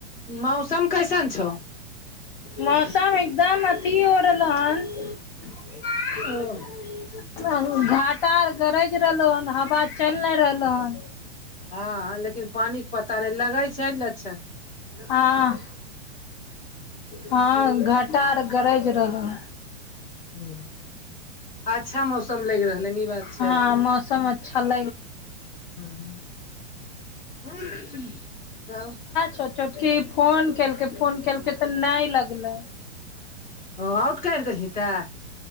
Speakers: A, on the left (about 25°); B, on the left (about 45°).
A: मौसम कैसन छौ?
B: मौसम एकदम अथी हो रहलौ हन। <unintelligible>
A: ओ
B: घाटा गरज रहलो हन, हवा चलि नहि रहलो हन
A: हँ, लेकिन पानिक के पता नहि लगैत छै लचछण।
B: हँ- हँ, घाटा आर गरज रहल हन।
A: ह अच्छा मौसम लग रहल हन, ई बात छै।
B: हँ मौसम अच्छा ल
A: ह त हेलो!
B: चोछकी फोन केलकै, फोन केलकै तऽ नहि लगलै।
A: ओ औट काईट देली तै। <unintelligible>